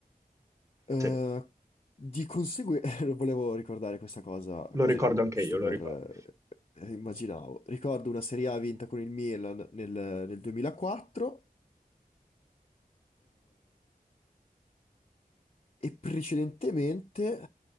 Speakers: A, on the left (about 40°); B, on the right (about 20°).
A: Eh,
B: Sì,
A: di conseguenza, <laughs> volevo ricordare questa cosa
B: lo
A: così,
B: ricordo
A: giusto
B: anche io, lo
A: per...
B: ricordo.
A: eh, immaginavo. Ricordo una Serie A vinta con il Milan nel, nel 2004. E precedentemente,